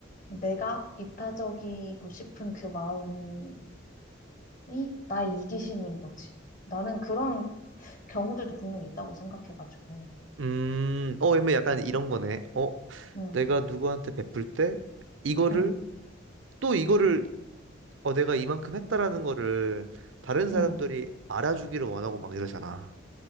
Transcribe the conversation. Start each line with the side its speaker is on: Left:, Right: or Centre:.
Left: 내가 이타적이고 싶은 그 마음 이 나의 이기심인 거지. 나는 그런 경우들도 분명히 있다고 생각해가지고.
Right: 음, 어, 뭐 약간 이런 거네. 어,
Left: 응,
Right: 내가 누구한테 베풀 때 이거를
Left: 응,
Right: 또 이거를 어 내가 이만큼 했다라는 거를 다른 사람들이
Left: 응.
Right: 알아주기를 원하고 막 이러잖아.